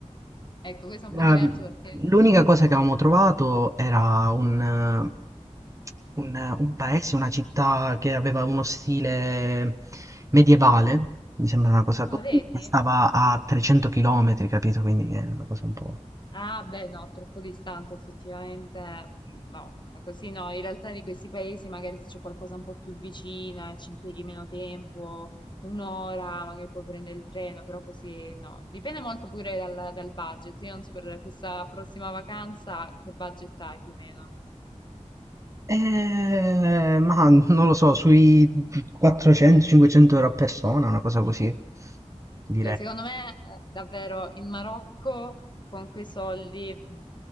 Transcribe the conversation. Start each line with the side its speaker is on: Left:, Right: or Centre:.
Left: Ecco, questo è un
Right: Ehm,
Left: po' diverso perché...
Right: l'unica cosa che avevamo trovato era un, eh, un, eh, un paese, una città che aveva uno stile medievale, mi sembra una cosa
Left: Ah,
Right: così,
Left: vedi?
Right: che stava
Left: Ok.
Right: a 300 km, capito? Quindi è una cosa un po'...
Left: Ah, beh, no, troppo distante effettivamente, mm, no, ma così no, in realtà di questi paesi magari se c'è qualcosa un po' più vicina, ci impieghi meno tempo, un'ora, magari puoi prendere il treno, però così no, dipende molto pure dal, dal budget, io non so per questa prossima vacanza che budget hai più o meno,
Right: Eh, ma non lo so, sui 400-500 euro a persona, una cosa così, direi.
Left: che secondo me eh, davvero in Marocco con quei soldi mm,